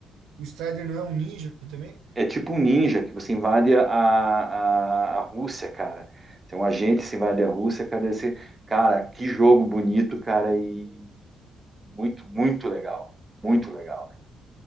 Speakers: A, on the right (about 80°); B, on the right (about 15°).
A: O Strider não é um ninja também?
B: É tipo um ninja que você invade a, a, a Rússia, cara. Tem um agente que se invade a Rússia, cara. Esse... Cara, que jogo bonito, cara. E Muito, muito legal. Muito legal, cara.